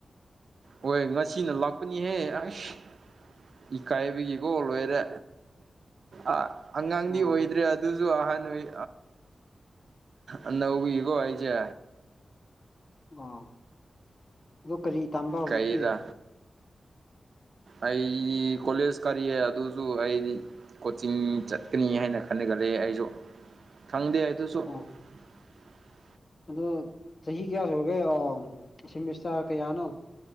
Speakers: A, on the right; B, on the left.
A: ꯍꯣꯏ ꯉꯁꯤꯅ ꯂꯥꯛꯄꯅꯤꯍꯦ ꯑꯁ ꯏꯀꯥꯏꯕꯒꯤꯀꯣ ꯂꯣꯏꯔꯦ
B: ꯑꯣ
A: ꯑꯥ ꯑꯉꯥꯡꯗꯤ
B: ꯑꯣ
A: ꯑꯣꯏꯗ꯭ꯔꯦ ꯑꯗꯨꯁꯨ ꯑꯍꯥꯟ ꯑꯣꯏ ꯑꯅꯧꯕꯤꯀꯣ ꯑꯩꯁꯦ
B: ꯑꯣ ꯑꯗꯣ ꯀꯔꯤ ꯇꯝꯕ ꯍꯧꯖꯤꯛꯇꯤ
A: ꯀꯩꯔꯥ ꯑꯩꯗꯤ ꯀꯣꯂꯦꯖ ꯀꯔꯤꯑꯦ ꯑꯗꯨꯁꯨ ꯑꯩꯗꯤ ꯀꯣꯆꯤꯡ ꯆꯠꯀꯅꯤ ꯍꯥꯏꯅ ꯈꯟꯅꯒꯜꯂꯦ ꯑꯩꯁꯨ ꯈꯪꯗꯦ ꯑꯗꯨꯁꯨ
B: ꯑꯣ
A: <inaudible>
B: ꯑꯗꯣ ꯆꯍꯤ ꯀꯌꯥ ꯁꯨꯔꯒꯦ ꯑꯣ ꯁꯦꯃꯤꯁꯇ꯭ꯔ ꯀꯌꯥꯅꯣ